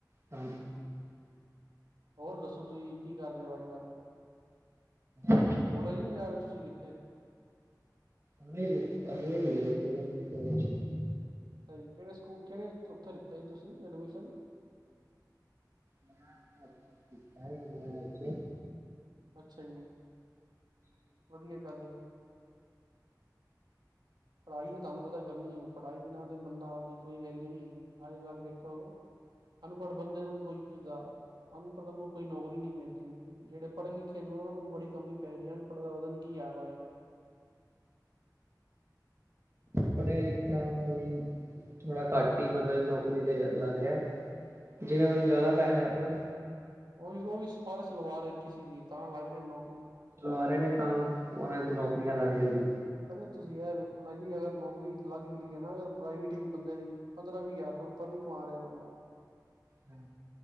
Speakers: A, on the right; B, on the right.
A: ਤੁਹਾਨੂੰ
B: ਹੋਰ ਦੱਸੋ, ਤੁਸੀਂ ਕੀ ਕਰ ਰਹੇ ਹੋ ਅਜ ਗੱਲ
A: ਹ
B: ਹੋਲੇ ਜੀ ਨਹੀਂ ਜਾ ਰਿਹੇ ਤੁਸੀਂ ਕਿੱਥੇ
A: ਨਹੀ ਜੀ, ਅਗਲੇ ਮਹੀਨੇ ਖੁਲਣਗੇ ਕਾਲੇਜ
B: ਜੀ ਕਿਹੜੇ ਸਕੂਲ ਕਿਹੜੇ ਉੱਥੇ ਲਿਤਾ ਸੀ, ਤੁਸੀ ਐਡਮਿਸ਼ਨ
A: ਮੈਂ ਆਪਣੇ ਵੇਚੇ
B: ਅੱਛਾ ਜੀ, ਵਧੀਆ ਗੱਲ ਹੈ ਜੀ ਪੜ੍ਹਾਈ ਤੇ ਤੁਹਾਨੂੰ ਪਤਾ ਕਰਨੀ ਹੈ। ਪੜ੍ਹਾਈ ਬਿਨਾਂ ਬੰਦਾ ਦੀ ਕੋਈ ਵੈਲਿਊ ਨਹੀਂ ਹੈਗੀ। ਅੱਜ-ਕੱਲ ਵੇਖੋ ਅਨਪੜ੍ਹ ਬੰਦੇ ਨੂੰ ਕੋਈ ਪੁੱਛਦਾ, ਅਨਪੜ੍ਹ ਨੂੰ ਕੋਈ ਨੌਕਰੀ ਨਹੀਂ ਮਿਲਦੀ। ਜਿਹੜੇ ਪੜ੍ਹੇ-ਲਿਖੇ ਨੂੰ ਉਹਨਾਂ ਨੂੰ, ਬੜੀ ਕਮੀ ਪੈ ਰਹੀ ਹੈ, ਅਨਪੜ੍ਹ ਦਾ ਪਤਾ ਨੀ ਕੀ ਹਾਲ ਹੋਏਗਾ।
A: ਪੜਿਆ ਲਿਖਿਆ ਵੀ ਥੋੜਾ ਘੱਟ ਹੀ ਮਤਲਬ ਨੌਕਰੀ ਤੇ, ਲੱਗ ਰਿਹਾ‌। ਜਿਹਨਾਂ ਕੋਲ ਜ਼ਿਆਦਾ ਪੈਹਾ ਹੈ, ਨਾ
B: ਉਹੀ-ਉਹੀ ਵੀ ਸਿਫਾਰਸ਼ ਲਵਾ ਰਹੇ ਕਿਸੇ ਦੀ, ਤਾਂ ਲੱਗ ਰਹੇ ਨੌਕਰੀ।
A: ਪੜੇ ਨੇ ਤਾਂ, ਉਹਨਾਂ ਦੀ ਨੌਕਰੀਆਂ ਲੱਗ ਜਾਂਦੀ।
B: ਅਰੇ, ਤੁਸੀਂ ਯਾਰ ਵੇਖਣਾ ਆ ਜੀ ਨੌਕਰੀ ਲੱਗ ਵੀ ਗਈ ਹੈ ਨਾ ਅਗਰ ਪ੍ਰਾਈਵੇਟ ਹੀ ਬੰਦੇ ਦੀ, ਪੰਦਰਾਂ, ਵੀਹ ਹਜ਼ਾਰ ਤੋਂ, ਉੱਪਰ ਨੀ ਕਮਾ ਰਿਹਾ ਬੰਦਾ। <inaudible>
A: ਹੂੰ